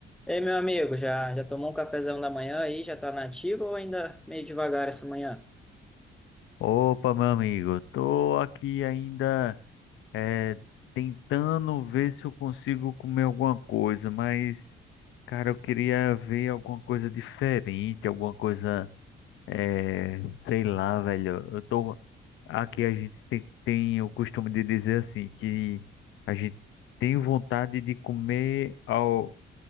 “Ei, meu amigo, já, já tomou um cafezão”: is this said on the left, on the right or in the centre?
Centre